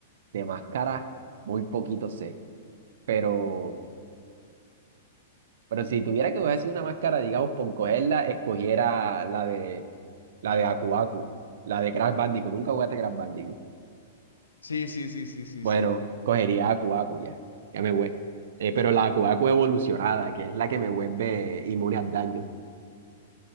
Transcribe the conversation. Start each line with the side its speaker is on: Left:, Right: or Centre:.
Right: de máscara muy poquito sé, pero... Pero si tuviera que coger así una máscara, digamos, por cogerla, escogiera la de la de Aku Aku, la de Crash Bandicoot. Nunca jugaste Crash Bandicoot.
Left: Sí, sí, sí, sí, sí,
Right: Bueno,
Left: sí.
Right: cogería Aku Aku ya. Ya me voy. Eh, pero la Aku Aku evolucionada, que es la que me vuelve inmune al daño.